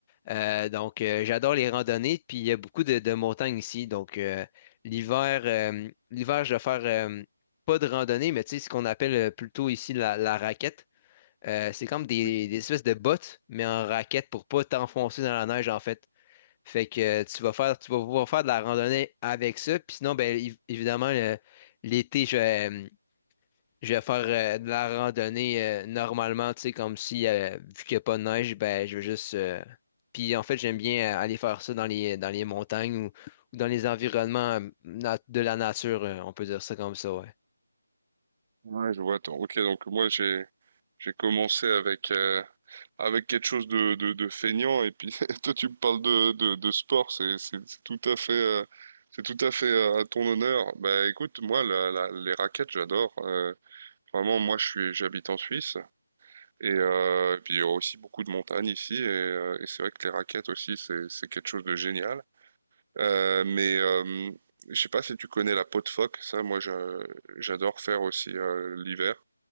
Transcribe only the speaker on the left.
Euh, donc, euh, j'adore les randonnées, puis il y a beaucoup de, de montagnes ici. Donc, euh, l'hiver, euh, l'hiver, je vais faire euh, pas de randonnée, mais tu sais, ce qu'on appelle euh, plutôt ici la, la raquette. Euh, c'est comme des,
des espèces de bottes, mais en raquette pour pas t'enfoncer dans la neige, en fait. Fait que euh, tu vas faire, tu vas pouvoir faire de la randonnée avec ça. Puis sinon, ben, évi- évidemment, le- l'été, je vais, euh, je vais faire euh, de la randonnée euh, normalement, tu sais, comme si, euh, vu qu'il n'y a pas de neige, ben, je vais juste. euh, Puis en fait, j'aime bien euh, aller faire ça dans les, dans les montagnes ou, ou dans les environnements euh, nat- de la nature, euh, on peut dire ça comme ça, ouais.